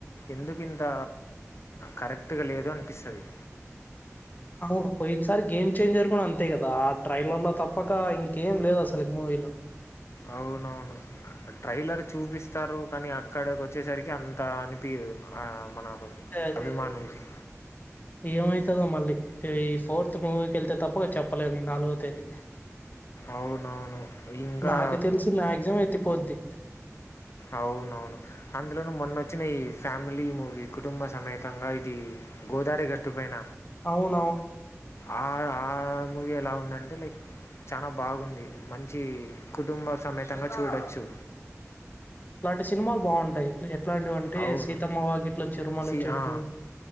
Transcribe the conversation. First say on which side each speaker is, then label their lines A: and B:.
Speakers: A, on the left; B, on the left.
A: ఎందుకు ఇంత కరెక్ట్గా లేదు అనిపిస్తుంది
B: అవును పోయినసారి గేమ్ చేంజర్ కూడా అంతే కదా ఆ ట్రైలర్ లో తప్పక ఇంకేం లేదు అసలు మూవీలో
A: అవునవును ట్రైలర్ చూపిస్తారు కానీ అక్కడకి వచ్చేసరికి అంత అనిపిించదు ఆ మన
B: అదే
A: అభిమానులకి
B: ఏమైతాదో మళ్ళీ ఇవి ఫోర్త్ మూవీకి వెళ్తే తప్ప చెప్పలేం ఈ నాలుగో తేదీ
A: అవునవును ఇంగా
B: నాకు తెలిసి మాక్సిమం ఎత్తిపోద్ది
A: అవునవును అందులోను మొన్నొచ్చిన ఈ ఫ్యామిలీ మూవీ కుటుంబ సమేతంగా ఇది గోదారి గట్టు పైన
B: అవునవును
A: ఆ ఆ మూవీ ఎలా ఉందంటే లైక్ చానా బాగుంది మంచి కుటుంబ సమేతంగా చూడొచ్చు
B: ఇలాంటి సినిమాలు బావుంటాయ్ ఇట్లా ఎట్లాంటి వంటే
A: అవును.
B: సీతమ్మ వాకిట్లో చరిమల్లె
A: సి
B: చెట్టు
A: ఆ!